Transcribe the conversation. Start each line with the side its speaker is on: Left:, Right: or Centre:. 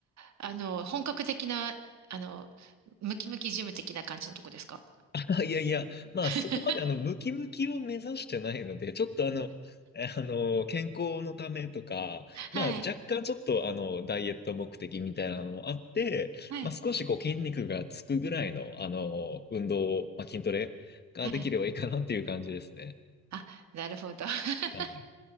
Right: あの、本格的な、あの、ムキムキジム的な感じのとこですか
Left: あ、いやいや、まあそこまであのムキムキを目指してないので、
Right: <laughs>
Left: ちょっとあの、えあの、健康のためとか、まあ若干ちょっとあの、
Right: はい。
Left: ダイエット目的みたいなのもあって、
Right: はい。
Left: まあ少しこう筋肉がつくぐらいのあの、運動、まあ筋トレができればいいかなっていう感じですね。
Right: はい。あ、なるほど。<laughs>
Left: はい。